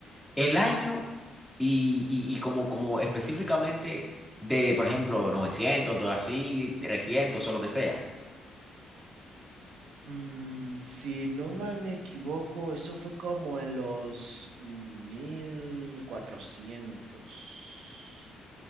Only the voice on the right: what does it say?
Mm, si no mal me equivoco, eso fue como en los 1400